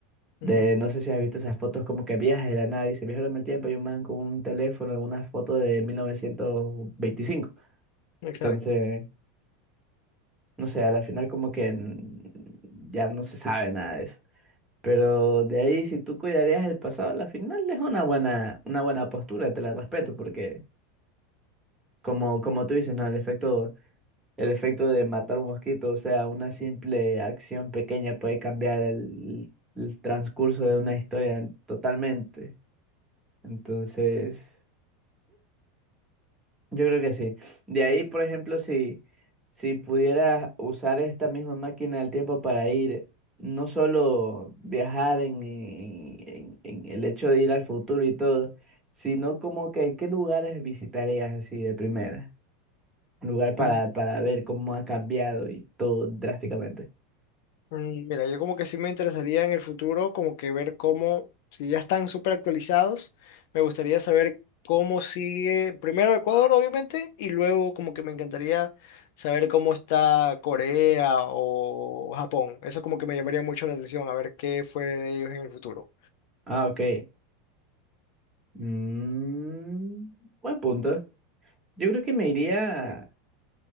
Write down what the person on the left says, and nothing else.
Ujú.
Exacto.
Mm,
mm, Mira, yo como que sí me interesaría en el futuro, como que ver cómo, si ya están súper actualizados, me gustaría saber cómo sigue, primero Ecuador, obviamente, y luego como que me encantaría saber cómo está Corea o Japón. Eso como que me llamaría mucho la atención, a ver qué fue de ellos en el futuro.